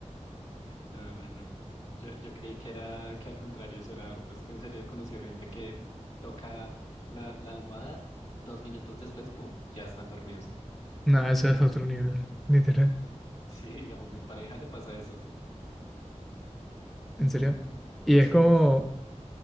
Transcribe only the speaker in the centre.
Nada, ese es otro nivel, literal.
¿En serio? Y
es como